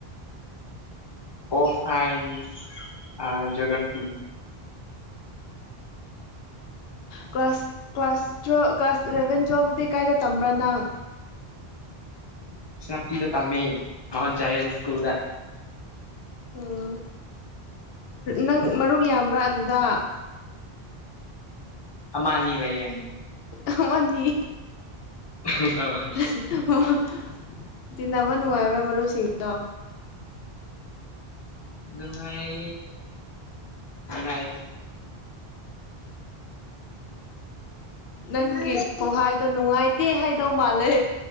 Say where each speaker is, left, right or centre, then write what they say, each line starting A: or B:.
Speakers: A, on the left (about 30°); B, on the left (about 70°).
A: ꯄꫭꯜꯁꯥꯏꯟꯁ ꯑ geography.
B: Class class twelve class eleven ꯇꯨꯋꯦꯜꯐꯗꯤ ꯀꯥꯏꯗ ꯇꯝꯕ꯭ꯔꯥ ꯅꯪ꯫
A: ꯁꯦꯅꯥꯞꯇꯤꯗ ꯇꯝꯃꯦ ꯃꯥꯎꯟ <unintelligible> ꯏꯁꯀꯨꯜꯗ꯫
B: ꯎꯝ ꯅꯪ ꯃꯔꯨꯞ ꯌꯥꯝꯕ꯭ꯔꯥ ꯑꯗꯨꯗ꯫
A: ꯑꯃ ꯑꯅꯤ ꯂꯩꯌꯦ
B: ꯑꯃꯅꯤ
A: ꯅꯨꯡꯉꯥꯏꯌꯦ
B: <unintelligible> ꯇꯤꯟꯅꯕ ꯅꯨꯡꯉꯥꯏꯕ꯭ꯔꯥ ꯃꯔꯨꯞꯁꯤꯡꯗꯣ꯫
A: ꯅꯨꯉꯥꯏ ꯅꯨꯉꯥꯏ꯫
B: ꯅꯪꯒꯤ ꯈꯨꯍꯥꯏꯗꯣ ꯅꯨꯡꯉꯥꯏꯇꯦ ꯍꯥꯏꯗꯧ ꯃꯥꯜꯂꯦ꯫